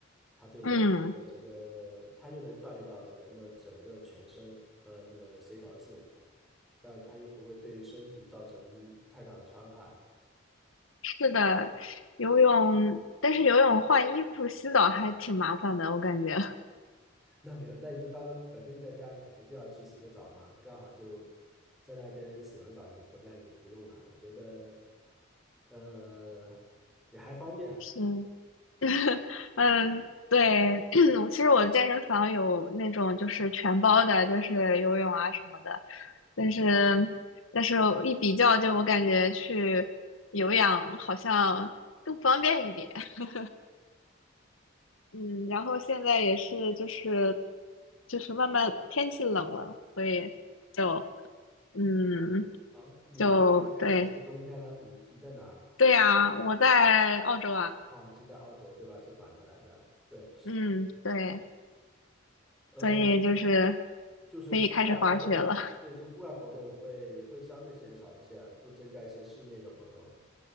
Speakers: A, in the centre; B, on the left.
A: 它对人体的整个，
B: 嗯，
A: 它又能锻炼到人的整个全身和那个协调性，但它又不会对身体造成太大的伤害。
B: 是的，游泳，但是游泳换衣服、洗澡还挺麻烦的，我感觉
A: 那没有，那你就当本身你在家，你肯定就要去洗个澡嘛，你刚好就在那边洗完澡，你回来你不用了，我觉得，呃，也还方便，
B: <laughs> 是，<laughs>
A: 对吧？
B: 嗯，对，<clears throat> 我其实我的健身房有那种就是全包的，就是游泳啊什么的，但是
A: 嗯。
B: 但是一比较，就我感觉去有氧好像更方便一点。<laughs> 嗯，然后现在也是就是就是慢慢天气冷了，所以就嗯
A: 好，你们那边是开始是冬天了，
B: 就对
A: 你你在哪儿？
B: 对呀，我在澳洲啊，
A: 啊，你是在澳洲对吧？是反着来的，对，
B: 嗯对，
A: 呃，
B: 所以就是
A: 就是户外活动，
B: 可以开始滑雪了。
A: 对，就户外活动会会相对减少一些，多增加一些室内的活动，